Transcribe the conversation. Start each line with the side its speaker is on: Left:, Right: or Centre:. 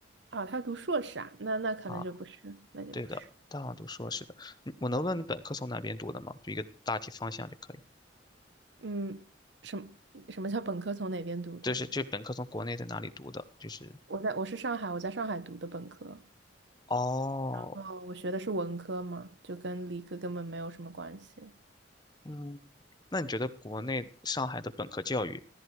Right: 啊，他读硕士啊，那那可能就不是，
Left: 啊，
Right: 那就不是。
Left: 对的，大二读硕士的，嗯我能问你本科从哪边读的吗？就一个大体方向就可以。
Right: 嗯，什么什么叫本科从哪边读的？
Left: 就是这本科从国内在哪里读的？就是
Right: 我在我是上海，我在上海读的本科，
Left: 哦，
Right: 然后我学的是文科嘛，就跟理科根本没有什么关系。
Left: 嗯，那你觉得国内上海的本科教育